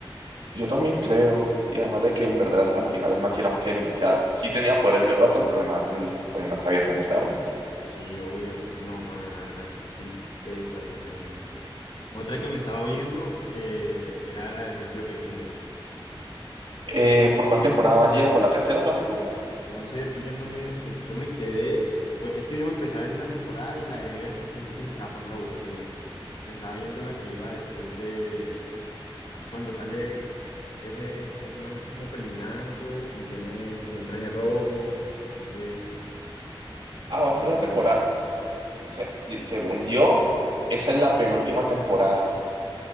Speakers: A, on the right; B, on the left.
A: Yo también creo. Y además de que en verdad al final el man sí era un genio. O sea, sí tenía poderes muy rotos, pero además el, man, sí- pues el man sabía cómo usarlo.
B: Sí, obvio. No, van la verdad, qué tristeza, weón. Otra
A: Sí.
B: que me estaba viendo eh, era la de Tokyo Revengers.
A: Eh, ¿por cuál temporada van ya? ¿Por la tercera o la segunda?
B: Uf, no sé, es que yo no me, yo, yo me quedé, fue, es que yo me empecé a ver una temporada y la dejé ver porque sentí que se estaba poniendo aburrido. Me estaba viendo la que iba después de cuando sale ese, ese man que es como peliblanco y tiene como un traje rojo, no sé
A: Ah, vas
B: si
A: por
B: sepas.
A: la temporada. O sea, y- según yo, esa es la penúltima temporada.